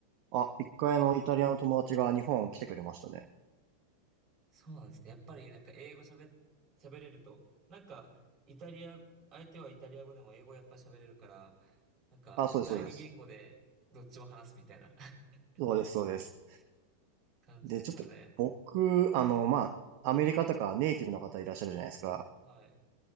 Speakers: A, on the right; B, on the right.
A: あ、一回あのイタリアの友達が日本来てくれましたね。
B: そうなんですね。やっぱりなんか英語喋っ、喋れると、なんか、イタリア、相手はイタリア語でも英語やっぱ喋れるから、なんか、
A: あ、そうです、
B: 第二言語でどっちも話すみたいな
A: そうです。
B: <laughs>
A: そうです、そうです。
B: 感じですよね。
A: で、ちょっと僕、あの、まあ、アメリカとかネイティブの方いらっしゃるじゃないですか。
B: はい。